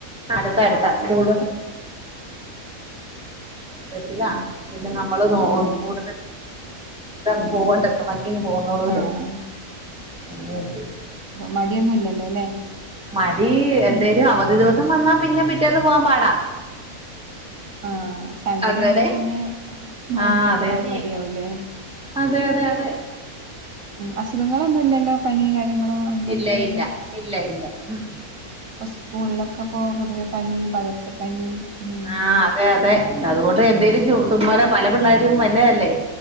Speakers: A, in the centre; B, on the right.
A: അടുത്ത അടുത്താ
B: സ്കൂള
A: സ്കൂൾ
B: അടുത്ത് തന്നെ
A: വത്തില പിന്നെ നമ്മള് <unintelligible>
B: ഉം
A: അങ്ങ് പോണ്ടക്ക വയ്യങ്ങ് പോവുന്നോളൂര്
B: ആ ആ
A: അങ്ങേര്
B: മടിയന്നുല്ലല്ലോ അല്ലെ
A: മടി എന്തായാലും അവധി ദിവസം വന്നാ പിന്നെ പിറ്റേന്ന് പോകാൻ പാടാ
B: ആഹ് സൺഡേ
A: അങ്ങനെ
B: കഴിഞ്ഞാ പിന്നെ മൺണ്ടേ
A: ആഹ്
B: ഒക്കെ
A: അതന്നെ
B: മതിയാവൂലേ
A: അതെ അതെ അതെ
B: അസുഖങ്ങളൊന്നും ഇല്ലല്ലോ പനിയും കാര്യങ്ങളോ ഒന്നും
A: ഇല്ല
B: ഇല്ലല്ലോ
A: ഇല്ല ഇല്ല ഇല്ല ഉം
B: ഇപ്പ സ്കൂളിലൊക്കെ പോ പൊതുവേ പനി പകർച്ചപ്പനി ഉം
A: ആഹ് അതെ അതെ അതുകൊണ്ട് എന്തേലും തുമ്മലോ പല പിള്ളേരും വന്നെ ല്ലേ